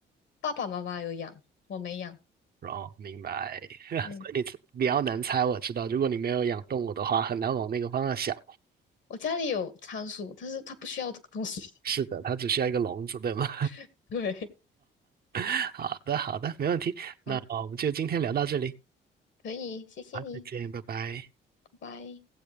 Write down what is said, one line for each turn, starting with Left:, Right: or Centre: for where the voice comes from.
Left: 爸爸妈妈有养，我没养。
Right: 哦，明白。<laughs> 所以你比较难猜，
Left: 嗯，
Right: 我知道。如果你没有养动物的话，很难往那个方向想。
Left: 我家里有仓鼠，但是它不需要这个东西。
Right: 是的，它只需要一个笼子，对吗？
Left: <laughs> 对，
Right: <laughs> 好的，好的，没问题。那我们就今天聊到这里，
Left: 好，可以，谢谢你，
Right: 好，再见，拜拜。
Left: 拜拜。